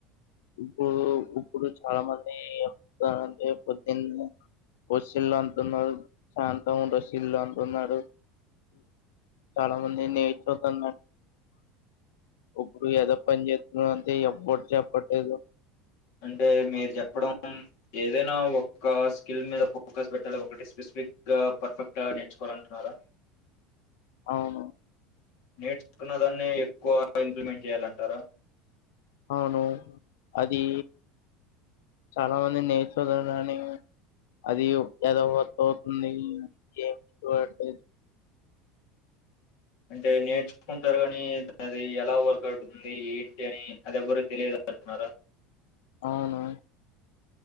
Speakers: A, on the left; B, on the left.
A: ఉప్పుడు ఉప్పుడు చాలా మంది. ఏం చెయాలంటే పొద్దున్నే <inaudible> వచ్చిల్లు అంటున్నారు. శాంత ఉండచ్చిల్ అంటున్నారు. చాలా మంది నేర్చుకోన్ <unintelligible> పోతన్న. ఉప్పుడు ఎదో పని చేత్ రంతె ఎవ్వడ్ చెప్పటేదు.
B: అంటే మీరు చెప్పడం ఏదైనా ఒక స్కిల్ మీద ఫోకస్ పెట్టాలి ఒకటి స్పెసిఫిక్ గా పర్ఫెక్ట్ గా నేర్చుకోవాలంటున్నారా
A: అవును
B: నేర్చుకున్న దాన్నే ఎక్కువ ఇంప్లిమెంట్ చేయాలంటారా
A: అవును అది చాలా మంది నేర్చుని అది ఎద అవుతుంది ఏ చూడలేదు
B: అంటే నేర్చుకుంటారు కాని అది ఎలా వర్క్ అవుతుంది ఏంటి అని అది ఎ్వరుూ తెలియదు అంటున్నారా
A: అవును